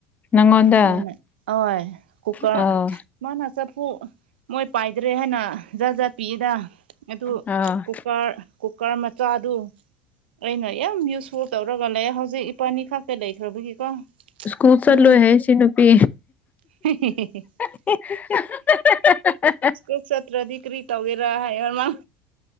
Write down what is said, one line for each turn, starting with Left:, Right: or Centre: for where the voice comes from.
Left: ꯅꯪꯉꯣꯟꯗ
Right: ꯃ ꯍꯣꯏ ꯀꯨꯀꯔ
Left: ꯑꯥ
Right: ꯃꯥꯅ ꯆꯐꯨ ꯃꯣꯏ ꯄꯥꯏꯗ꯭ꯔꯦ ꯍꯥꯏ ꯖꯥꯠ ꯖꯥꯠ ꯄꯤꯗ ꯑꯗꯨ
Left: ꯑꯥ
Right: ꯀꯨꯀꯔ ꯀꯨꯀꯔ ꯃꯆꯥꯗꯨ ꯑꯩꯅ ꯌꯥꯝ ꯌꯨ ꯁꯣꯔ ꯇꯧꯔꯒ ꯂꯩ ꯍꯧꯖꯤꯛ ꯏꯄꯥꯅꯤ ꯈꯇ ꯂꯩꯈ꯭ꯔꯕꯒꯤꯀꯣ
Left: ꯁ꯭ꯀꯨꯜ ꯆꯠ
Right: ꯑꯗꯨꯝ
Left: ꯂꯣꯏꯍꯦ ꯁꯤ ꯅꯨꯨꯄꯤ
Right: <unintelligible>
Left: <unintelligible>
Right: ꯑꯦꯁꯦ ꯀ꯭ꯔꯗꯤ ꯀ꯭ꯔꯤ ꯇꯧꯒꯦꯔꯥ ꯍꯥꯏꯌ ꯃꯥ